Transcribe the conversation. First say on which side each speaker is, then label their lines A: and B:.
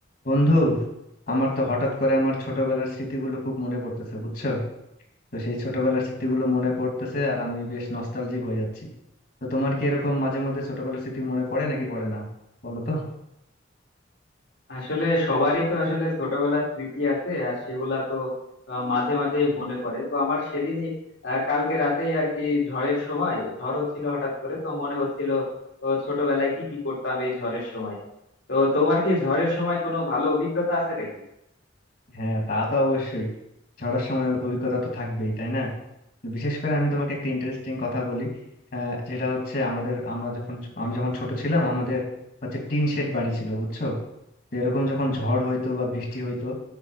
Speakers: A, on the left; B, on the left.
A: বন্ধু আমার তো হঠাৎ করে আমার ছোটবেলার স্মৃতিগুলো খুব মনে পড়তেছে বুঝছো তো সেই ছোটবেলার স্মৃতিগুলো মনে পড়তেছে আর আমি বেশ নস্টালজিক হয়ে যাচ্ছি তো তোমার কি এরকম মাঝে মধ্যে ছোটবেলার স্মৃতি মনে পড়ে নাকি পড়ে না বলো তো
B: আসলে সবারই তো আসলে ছোটবেলার স্মৃতি আছে আর সেগুলা তো আহ, মাঝে মাঝে মনে পড়ে তো আমার সেদিনই আহ, কালকে রাতেই আর কি ঝড়ের সময় ঝড় হচ্ছিল হঠাৎ করে তো মনে হচ্ছিল ও, ছোটবেলায় কি কি করতাম এই ঝড়ের সময় তো তোমার কি ঝড়ের সময় কোনো ভালো অভিজ্ঞতা আছে নাকি
A: হ্যাঁ তা তো অবশ্যই ঝড়ের সময় অভিজ্ঞতা তো থাকবেই তাই না বিশেষ করে আমি তোমাকে একটা ইন্টারেস্টিং কথা বলি হ্যাঁ যেটা হচ্ছে আমাদের আমরা যখন আমি যখন ছোট ছিলাম আমাদের হচ্ছে টিন শেড বাড়ি ছিল বুঝছো তো এরকম যখন ঝড় হইতো বা বৃষ্টি হইতো